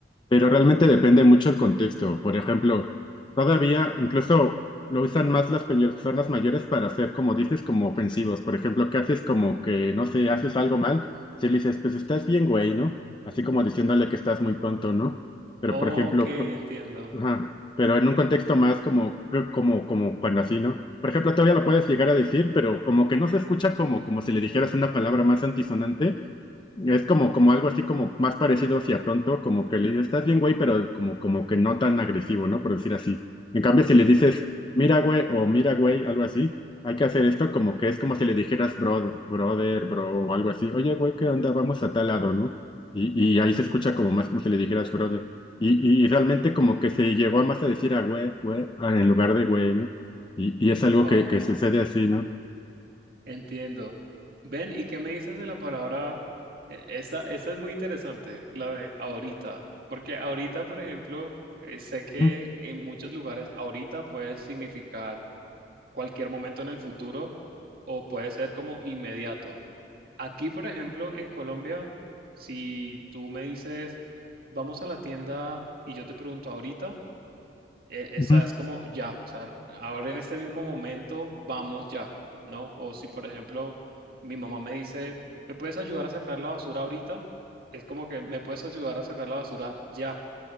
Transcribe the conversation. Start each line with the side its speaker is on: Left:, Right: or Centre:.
Left: pero realmente depende mucho el contexto. Por ejemplo, todavía incluso lo usan más las personas mayores para hacer, como dices, como ofensivos. Por ejemplo, que haces como que, no sé, haces algo mal, si le dices, pues estás bien, güey, ¿no? Así como diciéndole que estás muy tonto, ¿no? Pero
Right: Ok,
Left: por ejemplo,
Right: entiendo.
Left: Ajá, pero en un contexto más como, creo- como, como cuando así, ¿no? Por ejemplo, todavía lo puedes llegar a decir, pero como que no se escucha como, como si le dijeras una palabra más antisonante es como, como algo así como más parecido hacia tonto, como que le dices, estás bien, güey, pero como, como que no tan agresivo, ¿no? Por decir así. En cambio, si le dices, mira, güey, o mira, güey, algo así, hay que hacer esto como que es como si le dijeras, bro, brother, bro, o algo así. Oye, güey, ¿qué onda? Vamos a tal lado, ¿no? Y, y ahí se escucha como más como si le dijeras, brother. Y, y realmente como que se llegó a más a decir a güey, güey, a- en lugar de güey, ¿no? Y, y es algo
Right: Oh,
Left: que, que sucede así, ¿no?
Right: entiendo. Ven, ¿y qué me dices de la palabra? E- Esta, esta es muy interesante, la de ahorita, porque ahorita, por ejemplo, eh, sé que
Left: Ujú,
Right: en muchos lugares ahorita puede significar cualquier momento en el futuro o puede ser como inmediato. Aquí, por ejemplo, en Colombia, si tú me dices, vamos a la tienda y yo te pregunto ahorita. e-
Left: ujú.
Right: Esa es como ya, o sea, ahora en este mismo momento vamos ya, ¿no? O si, por ejemplo, mi mamá me dice, ¿me puedes ayudar a sacar la basura ahorita? Es como que me puedes ayudar a sacar la basura ya.